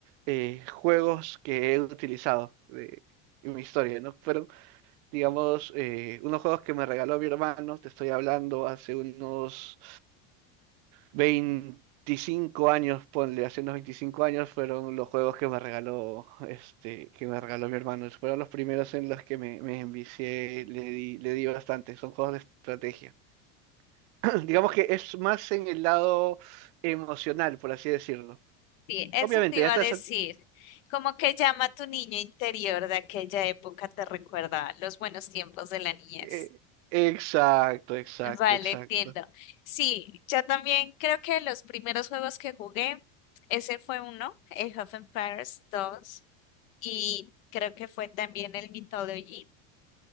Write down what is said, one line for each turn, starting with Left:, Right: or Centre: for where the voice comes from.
Right: eh, juegos que he utilizado de- en mi historia, ¿no? Fueron digamos, eh, unos juegos que me regaló mi hermano, te estoy hablando hace unos 25 años, ponle, hace unos 25 años fueron los juegos que me regaló, este, que me regaló mi hermano. Fueron los primeros en los que me, me envicié, le di, le di bastante, son juegos de estrategia. <clears throat> Digamos que es más en el lado emocional, por así decirlo.
Left: Sí, eso
Right: Obviamente,
Left: te iba
Right: ya estás...
Left: a decir.
Right: al-
Left: Como que llama a tu niño interior de aquella época, te recuerda los buenos tiempos de la niñez.
Right: eh, exacto, exacto,
Left: Vale,
Right: exacto.
Left: entiendo. Sí, yo también creo que los primeros juegos que jugué, ese fue uno, el Half Empires 2 y creo que fue también el Mythology.